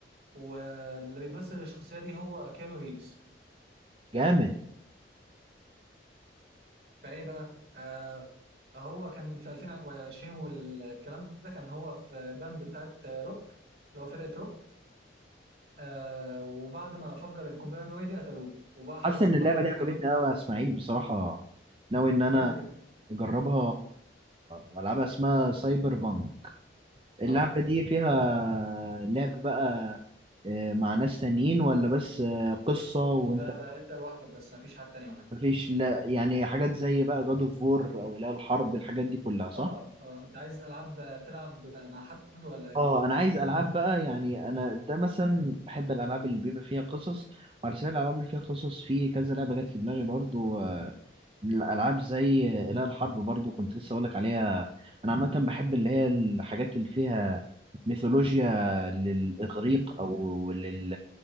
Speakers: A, on the right; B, on the right.
A: واللي بيمثل الشخصية دي هو كيانو ريفز
B: جامد
A: فايه بقى آه هو كان في 2020 والكلام ده كان هو في باند بتاعت روك اللي هو فرقة روك آه وبعد ما فجر القنبلة النووية دي قتلوه وبقى حبسوه
B: حاسس ان اللعبة
A: بقى وخدوا
B: دي عجبتني قوي يا اسماعيل بصراحة ناوي ان انا
A: جامدة جدا
B: اجربها والعبها اسمها سايبر بانك اللعبة
A: اه
B: دي فيها لعب بقى آه، مع ناس تانيين ولا بس آه، قصة وانت
A: لا لا انت لوحدك بس مفيش حد تاني معاك
B: مفيش لا يعني حاجات زي بقى جاد اوف وور او لا الحرب الحاجات دي كلها صح؟
A: اه اه انت عايز العاب تلعب مع حد ولا
B: اه
A: ايه؟
B: انا عايز العاب بقى يعني انا ده مثلا بحب الالعاب اللي بيبقى فيها قصص وعلى سبيل الالعاب اللي فيها قصص في كذا لعبة جت في دماغي برضو الألعاب زي إله الحرب برضو كنت لسه أقولك عليها أنا عامة بحب اللي هي الحاجات اللي فيها ميثولوجيا للإغريق أو لل...